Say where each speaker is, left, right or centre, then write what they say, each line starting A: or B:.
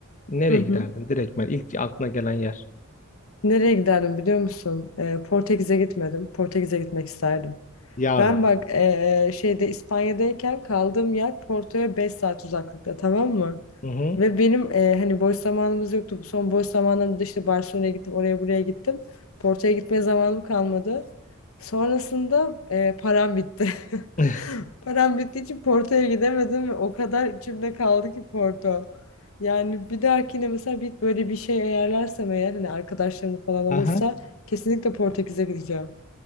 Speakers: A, on the left; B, on the left.
A: Nereye
B: Hı hı.
A: giderdin? Direkt ben ilk aklına gelen yer.
B: Nereye giderdim biliyor musun? E, Portekiz'e gitmedim. Portekiz'e gitmek isterdim.
A: Yarın
B: Ben
A: ama.
B: bak e, e, şeyde İspanya'dayken kaldığım yer Porto'ya 5 saat uzaklıkta tamam mı?
A: Hı hı.
B: Ve benim e, hani boş zamanımız yoktu. Bu son boş zamanlarımda da işte Barcelona'ya gittim, oraya buraya gittim. Porto'ya gitmeye zamanım kalmadı. Sonrasında e, param bitti. <laughs>
A: <laughs>
B: Param bittiği için Porto'ya gidemedim ve o kadar içimde kaldı ki Porto. Yani bir dahakine mesela bir böyle bir şey ayarlarsam eğer hani arkadaşlarım falan olursa
A: Aha.
B: kesinlikle Portekiz'e gideceğim.